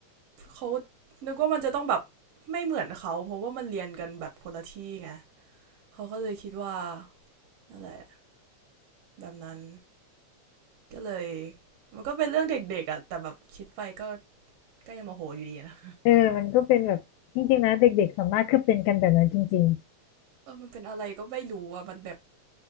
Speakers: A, on the right (about 65°); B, on the left (about 80°).
A: เขานึกว่ามันจะต้องแบบไม่เหมือนเขาเพราะว่ามันเรียนกันแบบคนละที่ไงเขาก็เลยคิดว่านั่นแหละแบบนั้นก็เลยมันก็เป็นเรื่องเด็กๆอะแต่แบบคิดไปก็ก็ยังโมโหอยู่ดีนะ
B: เออมันก็เป็นแบบจริงๆนะเด็กๆส่วนมากคือเป็นกันแบบนั้นจริง
A: เออมันเป็นอะไรก็ไม่รู้อะมันแบบ